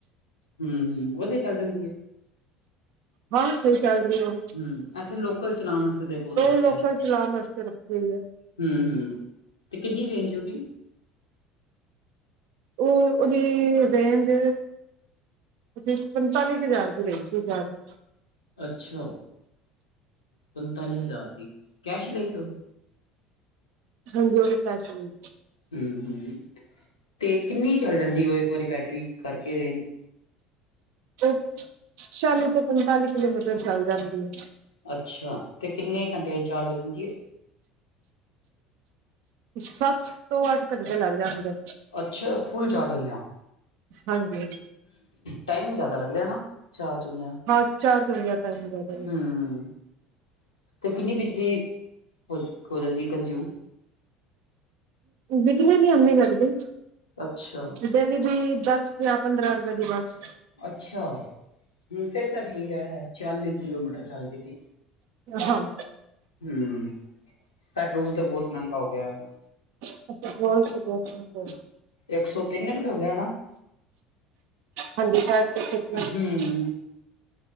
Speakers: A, on the left (about 80°); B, on the right (about 60°).
A: ਹਮ, ਹਮ ਵਧੀਆ ਚੱਲ ਜਾਂਦੀ ਹੈ।
B: ਹਾਂ, ਸਹੀ ਚਲ ਰਿ ਓ।
A: ਹਮ, ਇੱਥੇ ਲੋਕਲ ਚਲਾਉਣ ਵਾਸਤੇ ਤੇ ਬਹੁਤ ਵਧੀਆ।
B: ਉਹ ਲੋਕਲ ਚਲਾਉਣ ਵਾਸਤੇ ਰੱਖੀ ਹੋਈ ਹੈ
A: ਹਮ-ਹਮ ਅਤੇ ਕਿੰਨੀ ਰੇਂਜ ਉਹਦੀ?
B: ਉਹ, ਉਹਦੀ ਰੇਂਜ ਓਦੇ ਚ ਪੰਤਾਲੀ ਕੁ ਹਜ਼ਾਰ ਦੀ ਰਹੀ ਸੀ ਸ਼ਦ।
A: ਅੱਛਾ, ਪੰਤਾਲੀ ਹਜ਼ਾਰ ਦੀ ਕੈਸ਼ ਲਈ ਸੀ, ਉਹ।
B: ਹਾਂਜੀ, ਉਹ ਵੀ ਕਹਿ ਚੁੱਕੇ।
A: ਹਮ ਹਮ ਤੇ ਕਿੰਨੀ ਚੱਲ ਜਾਂਦੀ ਉਹ ਇੱਕ ਵਾਰੀ ਬੈਟਰੀ ਕਰਕੇ ਰੇ।
B: ਉਹ ਚਾਲੀ ਤੋਂ ਪੰਤਾਲੀ ਕਿਲੋਮੀਟਰ ਚੱਲ ਜਾਂਦੀ ਹੈ।
A: ਅੱਛਾ, ਤੇ ਕਿੰਨੇ ਘੰਟਿਆਂ ਚ ਚਾਰਜ ਹੋ ਜਾਂਦੀ ਹੈ।
B: ਸੱਤ ਤੋਂ ਅੱਠ ਘੰਟੇ ਲੱਗ ਜਾਂਦੇ।
A: ਅੱਛਾ, ਫੁਲ ਚਾਰਜ ਹੁੰਦੇ ਹ।
B: ਹਾਂਜੀ।
A: ਟਾਈਮ ਜਿਆਦਾ ਲੱਗਦਾ ਹੈ, ਨਾ। ਚਾਰ ਹੋਂਦਿਆਂ
B: ਹਾਂ ਚਾਰਜ ਹੁੰਦੇ ਆ ਟਾਈਮ ਜ਼ਿਆਦਾ
A: ਹਮ। ਅਤੇ ਕਿੰਨੀ ਬਿਜਲੀ, ਹੋ-ਹੋ ਜਾਂਦੀ ਕੰਜ਼ਿਊਮ।
B: ਬਿਜਲੀ ਨੀ ਆਨੀ ਲੱਗਦੀ।
A: ਅੱਛਾ।
B: ਡਲੀ ਦੀ ਦੱਸ ਜਾਂ ਪੰਦਰਾਂ ਰੁਪਏ ਦੀ ਬੱਸ।
A: ਅੱਛਾ, ਹ ਫਿਰ ਤਾਂ ਠੀਕ ਹੈ, ਚਾਲੀ ਕਿਲੋਮੀਟਰ ਚੱਲ ਜਾਗੀ।
B: ਹਾਂ।
A: ਹਮ, ਪੈਟਰੋਲ ਤਾਂ ਬਹੁਤ ਮਹਿੰਗਾ ਹੋ ਗਿਆ।
B: ਫੁਟਬਲ ਸ ਬਹੁਤ-ਬਹੁਤ।
A: ਇੱਕ ਸੌ ਤਿੰਨ ਰੁਪਏ, ਹੋ ਗਿਆ ਹਨਾ।
B: ਹਾਂਜੀ ਸ਼ਾਇਦ ਕੁਛ ਇਸ ਤਰ੍ਹਾਂ
A: ਹਮ ਹ।